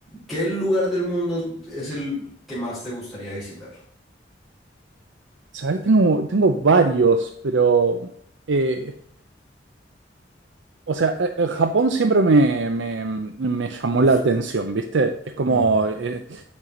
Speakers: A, in the centre; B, on the right.
A: ¿Qué lugar del mundo es el que más te gustaría visitar?
B: ¿Sabes? Tengo, tengo varios, pero eh, o sea, eh, eh, Japón siempre me, me- me llamó
A: Uf.
B: la atención, ¿viste? Es como,
A: ujú.
B: eh,